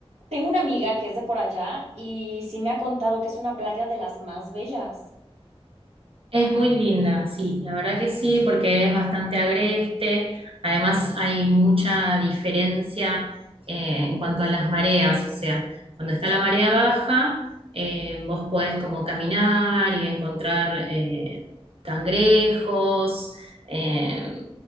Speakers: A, on the right; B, on the right.
A: Tengo una amiga que es de por allá y sí me ha contado que es una playa de las más bellas.
B: Es muy linda, sí, la verdad que sí, porque es bastante agreste. Además, hay mucha diferencia eh, en cuanto a las mareas, o sea, cuando está la marea baja, eh, vos podés como caminar y encontrar eh, cangrejos, eh,